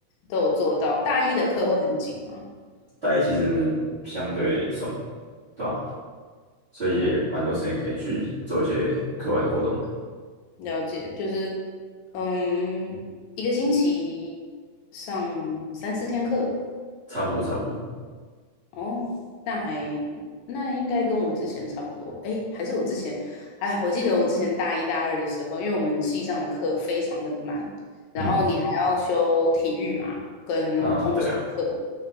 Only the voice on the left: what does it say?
都有做到。大一的课会很紧吗？
嗯，了解，就是嗯，一个星期上三四天课
哦，那还那应该跟我之前差不多。诶，还是我之前，哎，我记得我之前大一大二的时候，因为我们系上的课非常的满，然后你还要修体育嘛，
跟通识课。